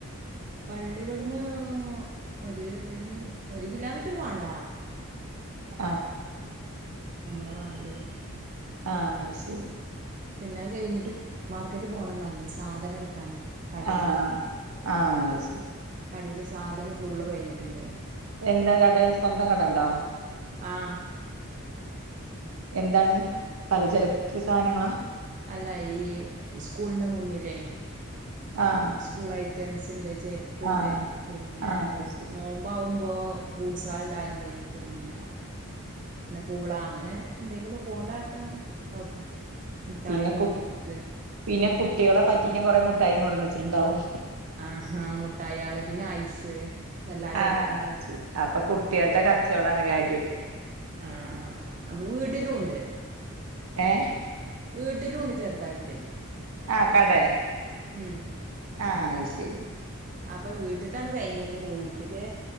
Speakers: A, on the right; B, on the right.
A: പള്ളി ഇവിടുന്ന് ഒരു ഒരുമിനി ഒരു കിലോമീറ്റർ പോണ്ടാ
B: ആ
A: നമ്മള <unintelligible>
B: ആ അയ്ശരി
A: പിന്നത് കയിഞ്ഞിട്ട് മാർക്കറ്റ് പോണം താനും സാധനം എടുക്കാന് കടീക്ക്
B: ആ ആ അയ്ശരി
A: കടയില് സാധനം ഫുള്ള് കഴിഞ്ഞിട്ടുണ്ട്
B: എന്താ കട. സ്വന്തം കടണ്ടോ?
A: ആഹ്
B: എന്താണ് പലചരക്ക് സാധനങ്ങളാ
A: അല്ല ഈ സ്കൂളിന്റെ മുന്നിലേ
B: ആഹ്
A: സ്കൂൾ ഐറ്റംസ് ഉണ്ട് ചെരുപ്പുണ്ട്
B: ആഹ്
A: പിന്നെ
B: ആഹ് അത് ശരി
A: നോ ആകുമ്പോ ഫൂഡ്സ് സാൽഡാണ്ടേ പിന്നാ പിന്നെ പൂള അങ്ങനെ എന്തെങ്കിലും പോകണ്ടക്കെ നോക്കും മുഠായി
B: പിന്നെ
A: നോട്ട്
B: കു
A: ബുക്ക്
B: പിന്നെ കുട്ടികളെ പറ്റിക്കാൻ കൊറേ മുഠായിയും കൊണ്ടുവന്ന് വെച്ചിട്ടുണ്ടാവും
A: ആ ഹാ മുഠായിയാള് പിന്നെ ഐസ് ഇതെല്ലാതുണ്ട്
B: ആഹ് അത് ശരി അപ്പൊ കുട്ടിയാൾടെ കച്ചോടണ് കാര്യായിട്ട്
A: ആഹ് ആ അപ്പൊ വീട്ടിലും ഉണ്ട്
B: ഏഹ്
A: വീട്ടിലുണ്ട് ചെറുതായിട്ട്
B: ആഹ് കടെ
A: ഉം
B: ആഹ് അയ്ശെരി
A: അപ്പൊ വീട്ടിത്താണ് കഴിഞ്ഞിക്കുണ്ട് വീട്ടില്